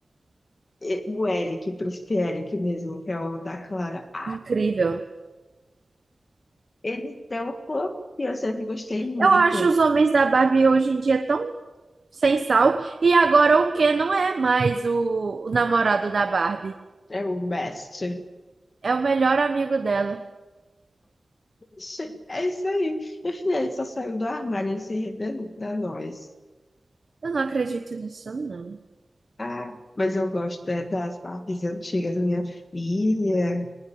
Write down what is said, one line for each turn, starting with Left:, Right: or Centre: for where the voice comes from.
Left: e- o Eric, o príncipe Eric mesmo, que é o da Clara. Ah,
Right: Incrível.
Left: ele é um fã que eu sempre gostei muito.
Right: Eu acho os homens da Barbie hoje em dia tão sem sal. E agora o Ken não é mais o, o namorado da Barbie.
Left: É o best.
Right: É o melhor amigo dela.
Left: Ixi, É isso aí. Meu filho, ele só saiu do armário, ele se revelou pra nós.
Right: Eu não acredito nisso, não.
Left: Ah, mas eu gosto da- das partes antigas da minha filha,